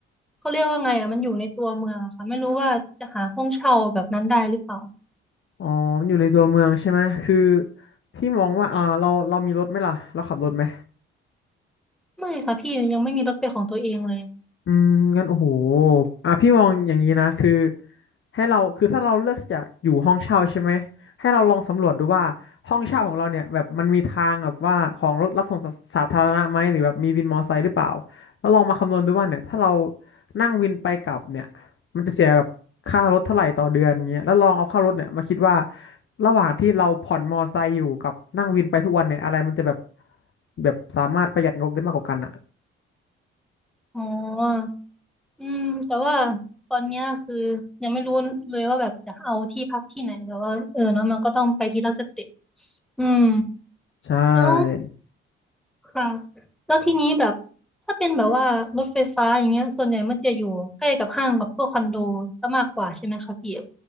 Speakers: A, in the centre; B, on the left (about 40°).
A: เขาเรียกว่าไงอะมันอยู่ในตัวเมืองอะค่ะไม่รู้ว่าจะหาห้องเช่าแบบนั้นได้หรือเปล่า
B: อ๋อมันอยู่ในตัวเมืองใช่ไหมคือพี่มองว่าอ่าเราเรามีรถไหมล่ะเราขับรถไหม
A: ไม่ค่ะพี่ยังไม่มีรถเป็นของตัวเองเลย
B: อืมงั้นโอ้โหอ่ะพี่มองอย่างนี้นะคือให้เราคือถ้าเราเลือกที่จะอยู่ห้องเช่าใช่ไหมให้เราลองสำรวจดูว่าห้องเช่าของเราเนี่ยแบบมันมีทางแบบว่าของรถรับส่งสาสาธารณะไหมหรือแบบมีวินมอเตอร์ไซค์หรือเปล่าแล้วลองมาคำนวณดูว่าเนี่ยถ้าเรานั่งวินไปกลับเนี่ยมันจะเสียแบบค่ารถเท่าไหร่ต่อเดือนเงี้ยแล้วลองเอาค่ารถเนี่ยมาคิดว่าระหว่างที่เราผ่อนมอเตอร์ไซค์อยู่กับนั่งวินไปทุกวันเนี่ยอะไรมันจะแบบแบบสามารถประหยัดงบได้มากกว่ากันอ่ะ
A: อ๋ออืมแต่ว่าตอนเนี้ยคือยังไม่รู้เลยว่าแบบจะเอาที่พักที่ไหนแต่ว่าเออเนาะมันก็ต้องไปทีละสเต็ปอืม
B: ใช่
A: อ๋อ ค่ะแล้วทีนี้แบบถ้าเป็นแบบว่ารถไฟฟ้าอย่างเงี้ยส่วนใหญ่มันจะอยู่ใกล้กับห้างกับพวกคอนโดซะมากกว่าใช่ไหมคะพี่